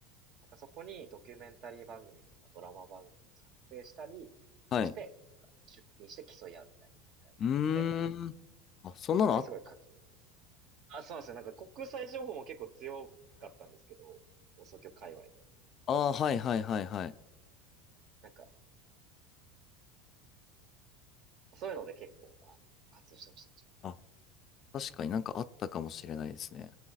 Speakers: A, on the right; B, on the left.
A: なんかそこにドキュメンタリー番組とかドラマ番組を作成したりして、
B: はい。
A: なんか出品して競い合うみたいな大会があって、
B: うーん。あ、そんなの
A: そこにすごい活動。あ、そうなんですよ。なんか国際情報も結構強かったんですけど、放送局界隈では。
B: あ、あーはいはいはいはい。
A: なんか、そういうので結構、まあ、活動してました。
B: あ確かになんかあったかもしれないですね。